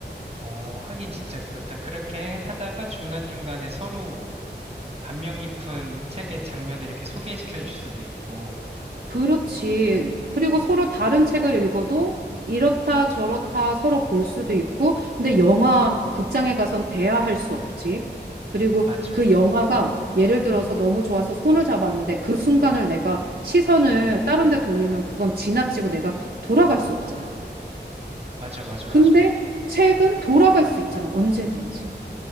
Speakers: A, on the right; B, on the right.
A: 어, 하긴 진짜 그렇다. 그렇게 하다가 중간중간에 서로 감명 깊은 책의 장면을 이렇게 소개시켜 줄 수도 있고.
B: 그렇지. 그리고 서로 다른 책을 읽어도 이렇다 저렇다 서로 볼 수도 있고, 근데 영화 극장에 가선 대화할 수 없지. 그리고
A: 맞아.
B: 그 영화가 예를 들어서 너무 좋아서 손을 잡았는데 그 순간을 내가 시선을 다른 데 돌리면 그건 지나치고 내가 돌아갈 수 없잖아.
A: 맞아, 맞아,
B: 근데
A: 맞아.
B: 책은 돌아갈 수 있잖아. 언제든지.